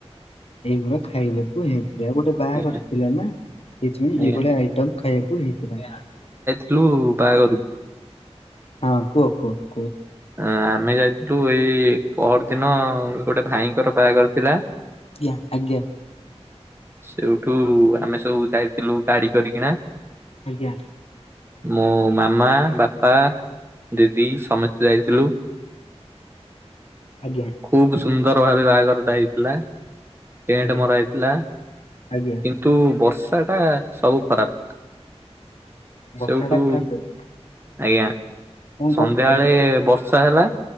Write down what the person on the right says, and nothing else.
ଆଜ୍ଞା
ଆଜ୍ଞା
ବାହା କରରୁ
ଆମେ ଯାଇଥିଲୁ ଏଇ ପର ଦିନ ଗୋଟେ ଭାଇଙ୍କର ବାହାଘର ଥିଲା
ସେଉଠୁ ଆମେ ସବୁ ଯାଇଥିଲୁ ଗାଡି କରିକିନା
ମୋ ମାମା ବାପା ଦିଦି ସମସ୍ତେ ଯାଇଥିଲୁ ହ
ଖୁବ ସୁନ୍ଦର ଭାବେ ବାହାଘର ଟା ହେଇଥିଲା ଟେଣ୍ଟ
ମର ହେଇଥିଲା
କିନ୍ତୁ ବର୍ଷା ଟା ସବୁ ଖରାପ
ସେଇଠୁ
ଆଜ୍ଞା
ସନ୍ଧ୍ୟାବେଳେ
ବର୍ଷା ହେଲା